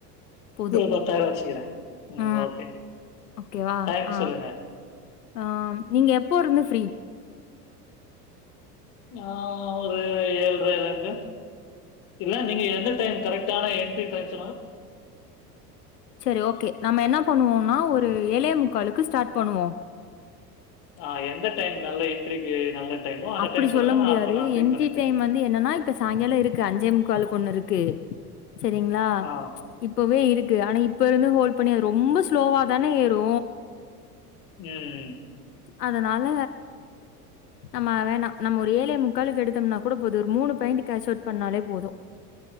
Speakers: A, on the left; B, on the left.
A: போதும்.
B: பத்தாயிரோ வச்சுக்கிற ம்
A: ஆ
B: ஓகே
A: ஓகேவா?
B: டைம்
A: ஆ
B: சொல்லுங்க
A: ஆ நீங்க எப்போ இருந்து ஃப்ரீ
B: ஆ ஒரு ஏழ்ரைல இருந்து இல்ல நீங்க எந்த டைம் கரெக்ட் டான என்ட்ரி டக்ஸ்
A: சரி ஓகே நம்ம என்ன பண்ணுவோனா ஒரு ஏழே முக்காளுக்கு ஸ்டார்ட் பண்ணுவோ
B: ஆ எந்த டைம் நல்ல என்ட்ரிக்கு நல்ல டைமோ அந்த
A: அப்படி
B: டைம் சொல்லுங்க.
A: சொல்ல முடியாது
B: நான் அப்ப நான் ஃப்ரீ
A: என்ட்ரி
B: பண்ணிக்கிறேன்.
A: டைம் வந்து என்னனா இப்ப சாயங்காலோ இருக்கு அஞ்சே முக்கால்கு ஒண்ணு இருக்கு செரிங்ளா
B: ஆ.
A: இப்பவே இருக்கு ஆனா இப்ப இருந்து ஹோல் ப்பண்ணி அது ரொம்ப ஸ்லோவா தான ஏறு
B: ம்
A: அதனால நம்ம வேணா நம்ம ஒரு ஏழே முக்கால்க்கு எடுத்தம்னா கூட போது ஒரு மூணு பாயிண்ட் கேஷ் ஒளட் பண்ணாலே போது